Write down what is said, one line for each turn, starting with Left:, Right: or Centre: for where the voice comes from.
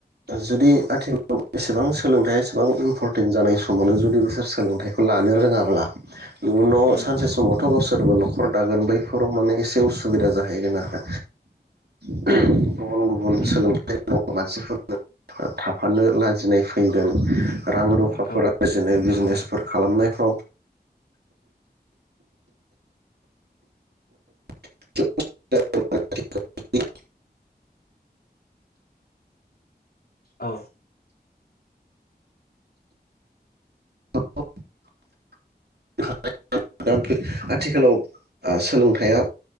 Right: जुदि आथिखालाव एसेबां सोलोंथाइया एसेबां इम्परटेन्ट जानाय समावनो जुदि बिसोर सोलोंथाइखौ लानो रोङाब्ला इयुनाव
Left: उम
Right: सानसे समावथ गाव सोरबा न'खर दागोन बैफोराव माने एसे उसुबिदा जाहैगोन आरो गुबुन गुबुन
Left: उम
Right: सोलोंथाइ दङ मानसिफोर थाफानो लाजिनाय फैगोन रां रुफाफोरा
Left: औ
Right: बिजनो बिजनेस खालामनायफ्राव <unintelligible>
Left: औ
Right: <unintelligible> <unintelligible> दा आथि आथिखालाव ओ सोलोंथाइया